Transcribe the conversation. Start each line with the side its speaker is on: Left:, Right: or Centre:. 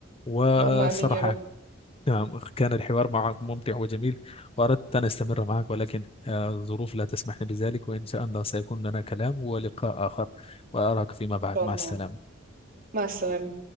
Left: وصراحة
Right: اللهم امين يا رب
Left: نعم، كان الحوار معك ممتع وجميل وأردت أن أستمر معك ولكن آه، الظروف لا تسمح لي بذلك وإن شاء الله سيكون لنا كلام ولقاء آخر وأراك فيما
Right: ان
Left: بعد
Right: شاء
Left: مع
Right: الله
Left: السلامة
Right: مع السلامه